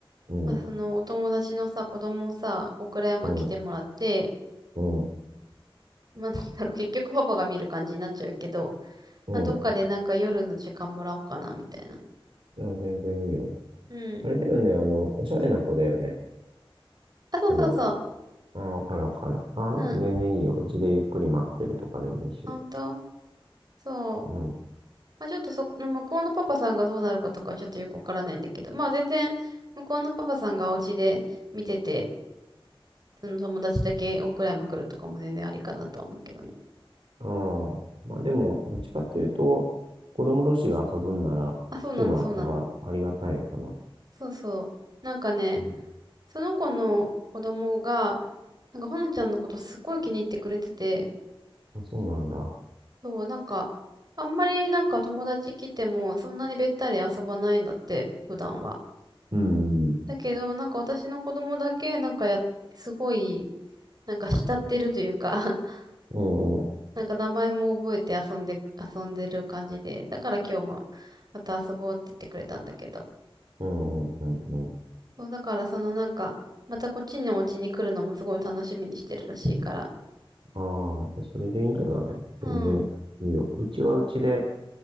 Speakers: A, on the right; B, on the right.
A: うん、
B: まあ、そのお友達のさ、子供をさ、岡山来てもらって、
A: うん、うん、
B: まあ、なんだろう、結局パパが見る感じになっちゃうけど、
A: うん。
B: まあ、どっかでなんか夜の時間もらおうかな、みたいな。
A: あ全然いいよ。
B: うん。
A: あれだよね、あの、おしゃれな子だよね。
B: あ、そうそうそう。
A: あの、ああ、わかるわかる。ああ、なんか全然いいよ。
B: うん。
A: うちでゆっくり待ってるとかでもいいし。
B: ほんとそう。
A: うん。
B: まあ、ちょっとそこの向こうのパパさんがどうなるかとかはちょっとよくわからないんだけど、まあ全然向こうのパパさんがお家で見てて、その友達だけ大倉山来るとかも全然ありかなとは思うけどね。
A: ああ。まあでも、
B: ん
A: どっちかっていうと、子供同士が遊ぶんなら来てもらったがありがたいかな。
B: あ、そうなの、そうなの。そうそう。なんかね、
A: うん。
B: その子の子供が、なんかほのちゃんのことすごい気に入ってくれてて、
A: あ、そうなんだ。
B: そう、なんか、あんまりなんか友達来てもそんなにべったり遊ばないんだって、普段は。
A: うん。
B: だけど、なんか私の子供だけ、なんかや、すごい、なんか慕ってるというか <laughs>
A: うんうん
B: なんか名前も覚えて遊んで、遊んでる感じで、だから今日もまた遊ぼうって言ってくれたんだけど、
A: うんうんうん
B: そう、だからそのなんか、またこっちのお家に来るのもすごい楽しみにしてるらしいから。
A: ああ、じゃあそれでいいんじゃない全然いいよ。
B: うん、うん、
A: うちはうちで